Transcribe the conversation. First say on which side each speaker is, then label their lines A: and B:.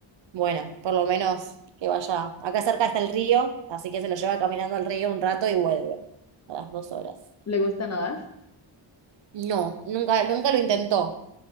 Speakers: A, on the right; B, on the left.
A: bueno, por lo menos que vaya. Acá cerca está el río, así que se lo lleva caminando al río un rato y vuelve a las dos horas.
B: le gusta nadar,
A: No, nunca, nunca lo intentó.